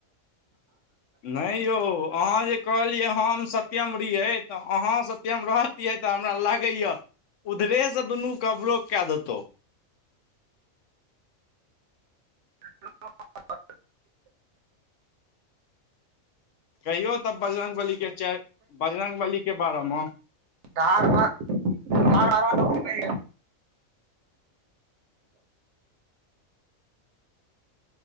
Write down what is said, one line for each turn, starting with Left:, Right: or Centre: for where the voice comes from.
Left: नहि यौ अहाँ जे कहलियै हम सत्यम रहियै। तऽ अहाँ सत्यम रहत तऽ हमरा लागै या उधरे से दुनू के बरोक कए देतौ।
Right: <unintelligible>
Left: कहियौ तब बजरङ्ग बलीके चेर बजरङ्ग बलीके बारेमे
Right: धार ध <unintelligible>